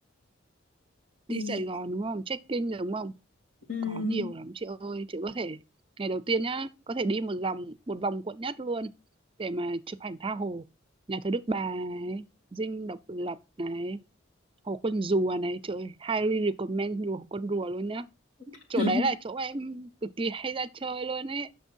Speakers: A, on the left; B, on the right.
A: thì
B: đi Sài Gòn đúng không check-in đúng không
A: ừm,
B: có nhiều lắm chị ơi chị có thể ngày đầu tiên nhá có thể đi một dòng một vòng quận nhất luôn để mà chụp ảnh tha hồ nhà thờ Đức Bà này dinh độc lập này hồ con Rùa này trời ơi highly recommend hồ con Rùa luôn nhá
A: <laughs>
B: chỗ đấy là chỗ em cực kỳ hay ra chơi luôn ấy